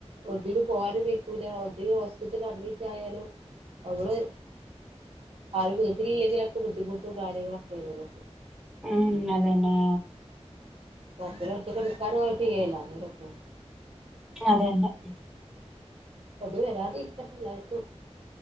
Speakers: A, on the right; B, in the centre.
A: ഒന്നിനും പോവാനും വയ്ക്കൂല ഒന്നിനൂം ഹോസ്പിറ്റല് അഡ്മിറ്റ് ആയാലും ഞമ്മള് ആരും വീട്ടില്ല്ലെങ്കിലൊക്കെ ബുദ്ധിമുട്ടും കാര്യങ്ങളൊക്കെ ആണ്ലൊ
B: ഹും അതന്നെ
A: പതന്നെ ഒറ്റക്ക് നിക്കാനും ആയിട്ട്യ്യല്ലോ വരൊക്കെ
B: - <unintelligible>
A: തും വരാതിരിക്കട്ടെ എല്ലാര്ക്കും.